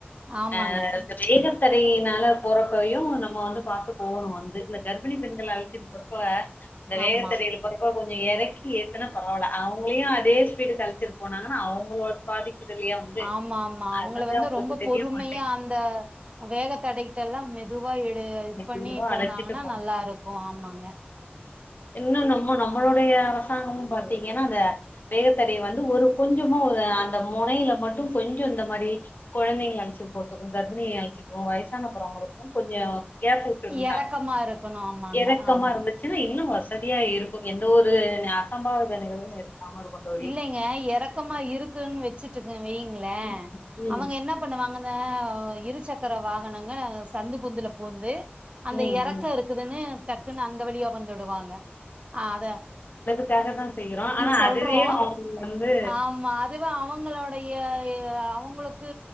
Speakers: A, on the right; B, on the left.
A: ஆமாங்க
B: அ வேற ஏதாச்சு வேகத்தடையினால போறப்பையு நம்ம வந்து பாத்து போகணு வந்து இந்த கர்ப்பிணி பெண்கள அழைச்சிட்டு போற இப்ப இந்த வேகத்தடையில
A: ஆமா
B: போறப்ப கொஞ்சம் இறக்கி ஏத்தனா பரவாயில்ல அவங்களையு அதே வீட்டு கழிச்சிட்டு போனாங்கன்னா அவங்களோட பாதிக்குதலைய வந்து
A: ஆமா ஆமா
B: அது
A: அவங்கள
B: வந்து அவங்களுக்கு
A: ரொம்ப
B: தெரிய
A: பொறுமையா
B: மாட்டேன்
A: அந்த வேக தடை எல்லா மெதுவா இடு இது
B: மெதுவா
A: பண்ணி போனாங்கன்னா
B: அழச்சிட்டு போனா
A: நல்லா இருக்கு ஆமாங்க
B: இன்னு நம்ம நம்மளுோடைய அரசாங்கம் பாத்தீங்கன்னா அத வேகத்தட வந்து ஒரு கொஞ்சமா ஒரு அந்த முனையில மட்டு கொஞ்ச இந்த மாரி கொழந்தைங்க அழைச்சிட்டு போறதுக்கு கர்ப்பிணி அழைச்சிட்டுக்கு வயசான போறவங்களுக்கு கொஞ்ச ஏ கூட்டு இருந்தாங்க
A: எறக்கமா இருக்கணு ஆமாங்க
B: இறக்கமா
A: ஆமா
B: இருந்து வச்சுன்னா இன்னு வசதியா இருக்கு எந்த ஒரு அசம்பாத நிகழ்வு இருக்காம இருக்கு தோழி
A: இல்லைங்க இறக்கமா இருக்குன்னு வச்சுட்டுக்க வயங்களே
B: ம்
A: அவங்க என்ன இது பண்ண வாங்கந்தா இருசக்கர வாகனங்க சந்து புந்துல புகுந்து அந்த
B: ம்
A: இறக்க
B: ம்
A: இருக்குதுன்னு டக்குன்னு அந்த வழியா வந்துடுவாங்க ஆ அத
B: அக்காக தா செய்யறோ ஆனா
A: சொல்றோ
B: அதுவே அவங்க வந்து
A: ஆமா அதுவே அவங்களோடைய அவங்களுக்கு